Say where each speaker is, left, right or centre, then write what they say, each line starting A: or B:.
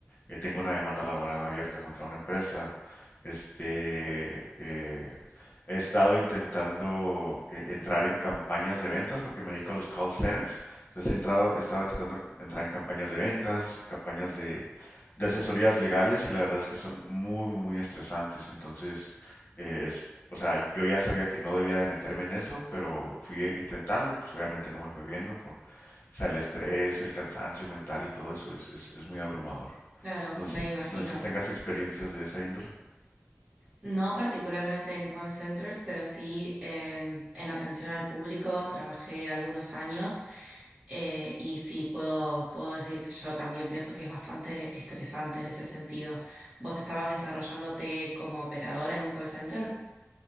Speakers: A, on the left; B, on the right.
A: eh, tengo una demanda laboral abierta contra una empresa. Este, eh, He estado intentando eh, entrar en campañas de ventas porque me dedico a los call centers. Entonces he entrado, he estado intentando cam- entrar en campañas de ventas, campañas de, de asesorías legales y la verdad es que son muy, muy, muy estresantes. Entonces, eh, es, o sea, yo ya sabía que no debía de meterme en eso, pero fui a intentarlo y pues obviamente no me fue bien, ¿no? Por, o sea, el estrés, el cansancio mental y todo eso es, es, es muy abrumador.
B: Claro,
A: No
B: me
A: sé si,
B: imagino.
A: no sé si tengas experiencias de esa índole.
B: No particularmente en call centers, pero sí en, en atención al público. Trabajé algunos años eh, y sí puedo, puedo decir que yo también pienso que es bastante estresante en ese sentido. ¿Vos estabas desarrollándote como operador en un call center?